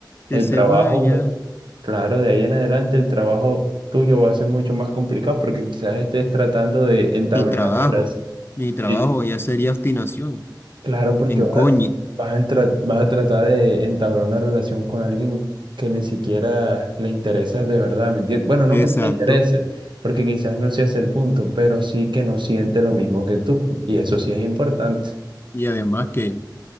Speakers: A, on the left (about 30°); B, on the right (about 85°).
A: Que
B: El
A: se
B: trabajo
A: vaya.
B: Claro, de ahí en adelante el trabajo tuyo va a ser mucho más complicado porque quizás estés tratando de entablar
A: Y trabajo.
B: una relación.
A: Y trabajo
B: Sí,
A: ya sería obstinación.
B: claro, porque
A: Encoñe.
B: vas, vas a entra- vas a tratar de entablar una relación con alguien que ni siquiera le interesa de verdad, ¿me entiendes? Bueno, no
A: Exacto.
B: que no le interese, porque quizás no sea ese el punto, pero sí que no siente lo mismo que tú. Y eso sí es importante.
A: Y además que,